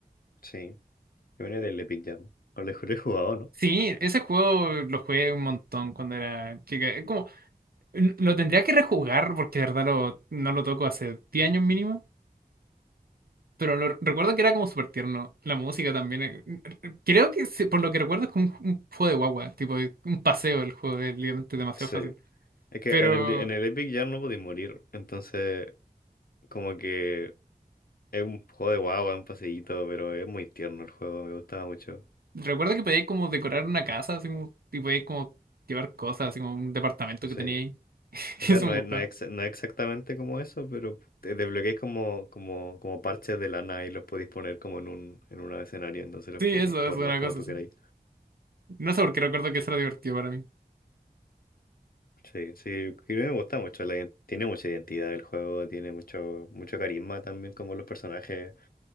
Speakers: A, on the left; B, on the right.
A: sí, que viene del Epic Jam. O lo he jugado, ¿no?
B: Sí, ese juego lo jugué un montón cuando era chica. Es como N- Lo tendría que rejugar porque de verdad lo, no lo toco hace 10 años mínimo. Pero lo, recuerdo que era como súper tierno. La música también. eh, eh, Creo que sí, por lo que recuerdo es como un, un juego de guagua. Tipo de- un paseo el juego. Es literalmente demasiado
A: Sí.
B: fácil.
A: Es que
B: Pero
A: en el, en el Epic ya no podéis morir. Entonces, como que es un juego de guagua, es un paseíto, pero es muy tierno el juego, me gustaba mucho.
B: recuerdo que podíais como decorar una casa. Así como, y podíais como llevar cosas. Así como un departamento
A: Sí.
B: que tenía ahí. <laughs>
A: O sea,
B: Eso
A: no
B: me gustaba.
A: es, no es, exa- no es exactamente como eso, pero te desbloqueáis como, como, como parches de lana y los podéis poner como en un, en un escenario, entonces los
B: Sí,
A: podéis
B: eso
A: como
B: es
A: armar
B: una
A: como
B: cosa
A: tú
B: así.
A: queráis.
B: No sé por qué recuerdo que eso era divertido para mí.
A: Sí, sí, creo que me gusta mucho. la ident- tiene mucha identidad el juego, tiene mucho, mucho carisma también como los personajes.